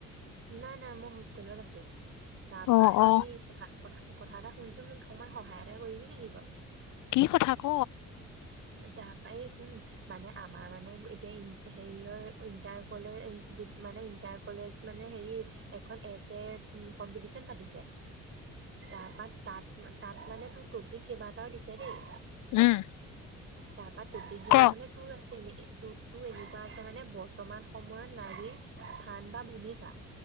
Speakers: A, on the right; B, on the left.
A: নাই নাই মই হো তলত আছো তাৰপা
B: অ
A: হেৰি
B: অ
A: কথা কথা কথা এটা শুনচোন মোক অকমান সহায় এটা কৰিবি নেকি বাৰু
B: কি কথা ক
A: তাৰপা এই শুন মানে আমাৰ মানে এতিয়া ইন হেৰিয় ইণ্টাৰ কলেজ মানে ইণ্টাৰ কলেজ মানে হেৰিৰ এখন এচ এ কম্পিটিচন পাতিছে তাৰপা তাত মা তাত মানে তোৰ টপিক কেইবাটাও দিছে দেই
B: উম
A: তাৰপা টপিক গিটা
B: ক
A: মানে তোৰ আছে এনে এ তোৰ তোৰএনেকুৱা আছে মানে বৰ্তমান সময়ত নাৰীৰ স্থান বা ভূমিকা